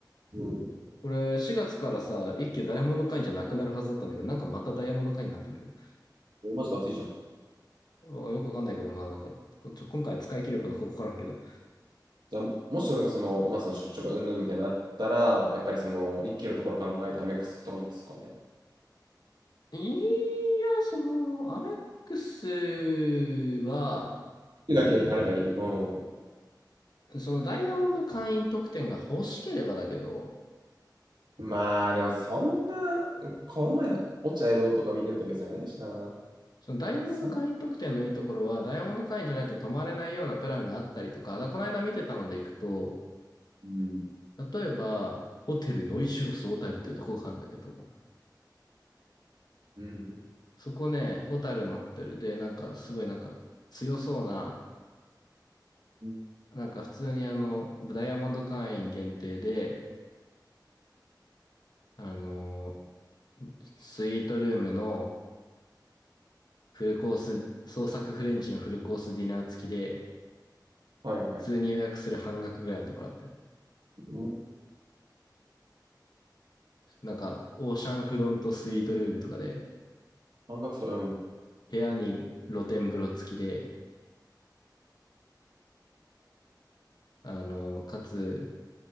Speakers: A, on the right (about 75°); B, on the left (about 60°).
A: うん。
B: これ4月からさ、一級ダイヤモンド会員じゃなくなるはずだったんだけど、なんかまたダイヤモンド会員になってんだけど。
A: 俺マジで暑いじゃん。
B: あよくわかんないけど、まあなんか、こちょ、今回使い切れるかどうかわからんけど。
A: じゃあ、もし俺がその、まあその出張がうんぬんみたいになったら、やっぱりその、一気のところ考えてアメックスとかいいですかね。っ
B: いや、その、アメックスは、
A: てだけあればいい。うん。
B: そのダイヤモンド会員特典が欲しければだけど、
A: まあ、でもそんな、この前の落合郎とか見てると別にあれやしな。
B: そのダイヤモンド会員特典のいいところは、
A: そ
B: ダイヤモンド会員じゃないと泊まれないようなプランがあったりとか、だからこの間見てたので行くと、
A: う。うん。
B: 例えば、ホテルノイシュロス小樽っていうとこがあるんだけど、
A: うん。
B: そこね、小樽のホテルで、なんかすごいなんか強そうな、
A: うん
B: なんか普通にあの、ダイヤモンド会員限定で、あの、スイートルームのフルコース、創作フレンチのフルコースディナー付きで、
A: はいはい。
B: 普通に予約する半額ぐらいのところあって、
A: うん。
B: なんか、オーシャンフロントスイートルームとかで、
A: 半額そう。うん。
B: 部屋に露天風呂付きで、あの、かつ、